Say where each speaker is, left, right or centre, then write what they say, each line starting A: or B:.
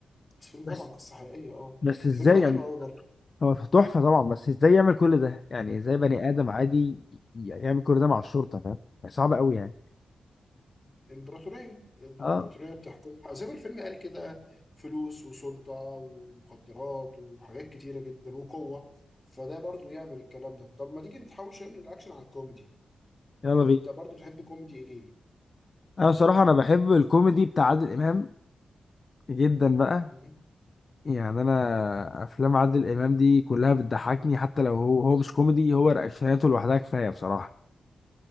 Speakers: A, on the left; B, on the left.
A: بس الفيلم
B: بس
A: طبعا قصة حقيقية اه
B: بس ازاي
A: الفيلم ده
B: يعني
A: حلو قوي
B: هو تحفه طبعا بس ازاي يعمل كل ده يعني ازاي بني ادم
A: برضه
B: عادي يعمل كل ده مع الشرطه فاهم يعني صعب قوي يعني
A: الإمبراطورية الإمبراطورية
B: اه
A: بتحكمها زي ما الفيلم قال كده فلوس وسلطة ومخدرات وحاجات كتيرة جدا وقوة فده برضو يعمل الكلام ده طب ما تيجي نتحول شوية من الأكشن على الكوميدي
B: يلا
A: أنت
B: بينا
A: برضو تحب كوميدي إيه؟
B: انا صراحه انا بحب الكوميدي بتاع عادل امام جدا بقى
A: مم؟
B: يعني انا افلام عادل امام دي كلها بتضحكني حتى لو هو هو مش كوميدي هو رقشاته لوحدها كفايه بصراحه